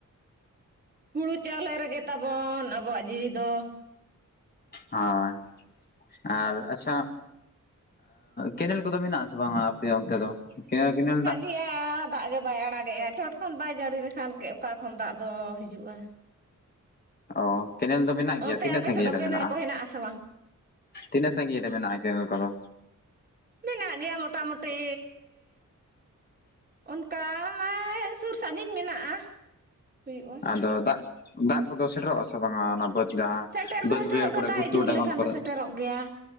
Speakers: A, on the right; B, on the left.
A: ᱦᱩᱲᱩ ᱪᱟᱣᱞᱮ ᱨ ᱮᱜᱮ ᱛᱟᱵᱚᱱ ᱟᱵᱚᱣᱟᱜ ᱡᱤᱣᱤ ᱫᱚ
B: ᱦᱚᱸᱭ ᱟᱨ ᱟᱪᱪᱷᱟ ᱠᱮᱱᱮᱞ ᱠᱚᱫᱚ ᱢᱮᱱᱟᱜ ᱟᱥᱮ ᱵᱟᱝᱟ? ᱚᱱᱛᱮ ᱫᱚ ᱠᱮᱱᱮᱞ ᱠᱮᱱᱮᱞ ᱫᱟᱜ
A: <inaudible> ᱫᱟᱜ ᱜᱮ ᱵᱟᱭ ᱟᱲᱟᱜᱮᱜᱼᱟ ᱪᱚᱴ ᱠᱷᱚᱱ ᱵᱟᱭ ᱡᱟᱹᱲᱤ ᱞᱮᱠᱷᱟᱱ ᱚᱠᱟ ᱠᱷᱚᱱ ᱫᱟᱜ ᱫᱚ ᱦᱤᱡᱩᱜᱼᱟ
B: ᱚ ᱠᱮᱱᱮᱞ ᱫᱚ ᱢᱮᱱᱟᱜ ᱜᱮᱭᱟ
A: ᱚᱱᱛᱮ
B: ᱛᱤᱱᱟᱹᱜ
A: ᱟᱯᱮ
B: ᱥᱟᱺᱜᱤᱧ
A: ᱥᱮᱫ ᱫᱚ
B: ᱨᱮ
A: ᱠᱮᱱᱮᱞ
B: ᱢᱮᱱᱟᱜᱼᱟ?
A: ᱠᱚ ᱦᱮᱱᱟᱜ ᱟᱥᱮ ᱵᱟᱝ
B: ᱛᱤᱱᱟᱹ ᱥᱟᱸᱜᱤᱴ ᱨᱮ ᱢᱮᱱᱟᱜ-ᱟ ᱠᱮᱱᱮᱞ ᱠᱚᱫᱚ?
A: ᱢᱮᱱᱟᱜ ᱜᱮᱭᱟ ᱢᱚᱴᱟ-ᱢᱩᱴᱤ ᱚᱱᱠᱟ ᱢᱟ ᱥᱩᱨ ᱥᱟᱺᱜᱤᱧ ᱢᱮᱱᱟᱜᱼᱟ ᱦᱩᱭᱩᱜᱼᱟ
B: ᱟᱫᱚ ᱫᱟᱜ ᱫᱟᱜ ᱠᱚᱫᱚ ᱥᱮᱴᱮᱨᱚᱜᱼᱟ ᱥᱮ ᱵᱟᱝᱟ ᱚᱱᱟ ᱵᱟᱹᱫᱽ ᱡᱟᱦᱟᱸ
A: ᱥᱮᱴᱮᱨ ᱫᱚ
B: ᱵᱟᱹᱫᱽ
A: ᱥᱮᱴᱮᱨᱚᱜ
B: ᱵᱟᱹᱭᱦᱟᱹᱲ ᱠᱚᱨᱮ
A: ᱠᱟᱱᱟ ᱫᱟᱜ
B: ᱜᱷᱩᱴᱩ
A: ᱡᱳᱨ
B: ᱰᱟᱸᱜᱚᱱ
A: ᱞᱮᱠᱷᱟᱱ
B: ᱠᱚᱨᱮ
A: ᱫᱚ ᱥᱮᱴᱮᱨᱚᱜ ᱜᱮᱭᱟ᱾